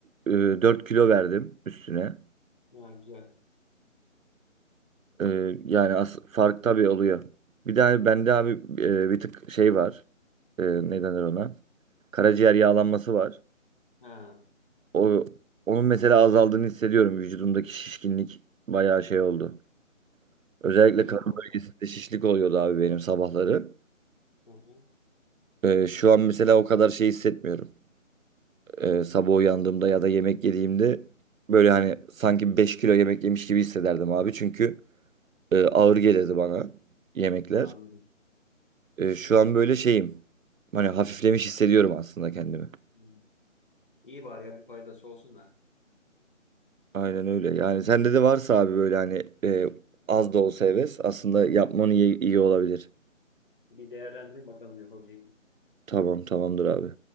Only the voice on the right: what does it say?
e, 4 kilo verdim üstüne.
E, yani as fark tabii oluyor. Bir de hani bende abi e, bir tık şey var. E, ne denir ona? Karaciğer yağlanması var.
O onun mesela azaldığını hissediyorum. Vücudumdaki şişkinlik bayağı şey oldu. Özellikle
karın
bölgesinde
şişlik oluyordu abi benim sabahları.
E, şu an mesela o kadar şey hissetmiyorum. Ee, sabah uyandığımda ya da yemek yediğimde böyle hani sanki 5 kilo yemek yemiş gibi hissederdim abi. Çünkü e, ağır gelirdi bana yemekler.
E, şu an böyle şeyim. Hani hafiflemiş hissediyorum aslında kendimi.
Aynen öyle. Yani sende de varsa abi böyle hani e, az da olsa heves aslında yapmanı iyi, iyi olabilir.
Tamam tamamdır abi.